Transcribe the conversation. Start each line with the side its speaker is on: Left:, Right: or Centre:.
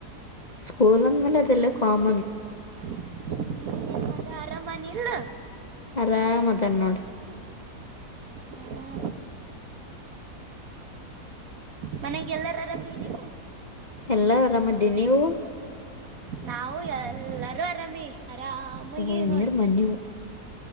Left: ಸ್ಕೂಲ್ ಅಂದ ವಲೆ ಅದೆಲ್ಲ ಕಾಮನ್
Right: ಹ್ಮ್ ನೀನ್ ಮಗ ಆರಾಮಾನ ಇಲ್ಲ.
Left: ಆರಾಮ್ ಅದಾನ್ ನೋಡ.
Right: ಹ್ಮ್ ಮನ್ಯಾಗ ಎಲ್ಲರು ಆರಾಮ್ ಇರಿ.
Left: ಎಲ್ಲಾರು ಆರಾಮದೀವಿ ನೀವು.
Right: ನಾವು ಎಲ್ಲಾರೂ ಆರಾಮಿ ಇವಿ ಆರಾಮಾಗಿ
Left: ಇವು
Right: ಇವಿ
Left: ಇವ್ನಿಯರ್
Right: ನೋಡ್.
Left: ಮನ್ನಿವು